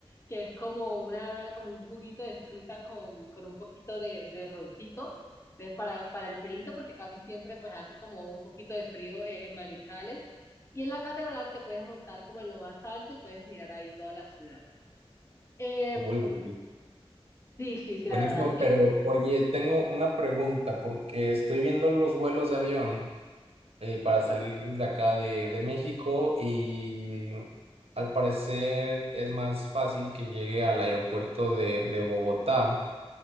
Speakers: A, on the left; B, on the right.
A: que es como una, como un juguito de fruta con, con un poquito de, de roncito. Entonces, para, para el frío, porque casi siempre pues hace como un poquito de frío eh, en Manizales. Y en la catedral te puedes montar como en lo más alto y puedes mirar ahí toda la ciudad. Eh,
B: Muy bueno.
A: sí, sí, sí,
B: Buenísimo,
A: la verdad es que...
B: pero oye, tengo una pregunta porque estoy viendo los vuelos de avión eh, para
A: ujú.
B: salir desde acá de, de México y al parecer es más fácil que llegue al aeropuerto de, de Bogotá